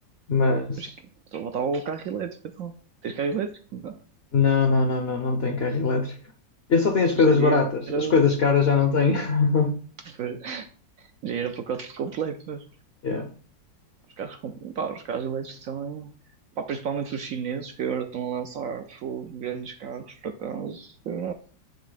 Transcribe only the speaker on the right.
Pois é que- Só faltava o carro elétrico, então. Tens carro elétrico? Não.
Já era...
<laughs>
pois, Já era o pacote completo, mas...
Os carros, com- pá, os carros elétricos também, pá, principalmente os chineses que agora estão a lançar fogo, grandes carros para acaso, eu